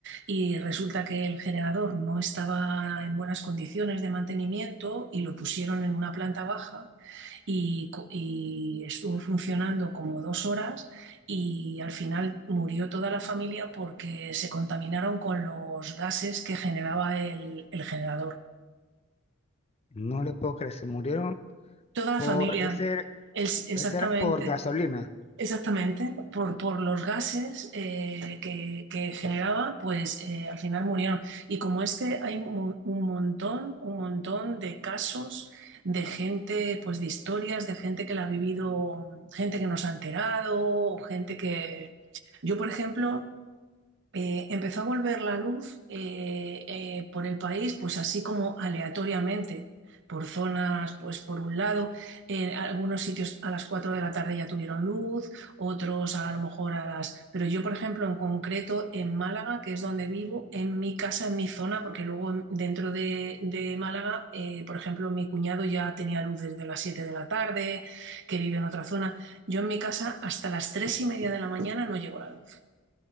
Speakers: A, on the right (about 60°); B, on the left (about 30°).
A: Y resulta que el generador no estaba en buenas condiciones de mantenimiento y lo pusieron en una planta baja y, co- y estuvo funcionando como dos horas y al final murió toda la familia porque se contaminaron con los gases que generaba el, el generador.
B: No le puedo creer, se murieron
A: Toda la
B: por
A: familia,
B: ese, era-
A: es- exactamente.
B: ese era por gasolina.
A: Exactamente, por, por los gases eh, que, que generaba, pues eh, al final murieron. Y como este, hay un, un montón, un montón de casos de gente, pues de historias, de gente que la ha vivido, gente que nos ha enterado, o gente que... Yo, por ejemplo, eh, empezó a volver la luz eh, eh, por el país, pues así como aleatoriamente, por zonas, pues por un lado, en algunos sitios a las 4 de la tarde ya tuvieron luz, otros a lo mejor a las... Pero yo, por ejemplo, en concreto en Málaga, que es donde vivo, en mi casa, en mi zona, porque luego en- dentro de, de Málaga, eh, por ejemplo, mi cuñado ya tenía luz desde las 7 de la tarde, que vive en otra zona. Yo en mi casa hasta las 3 y media de la mañana no llegó la luz.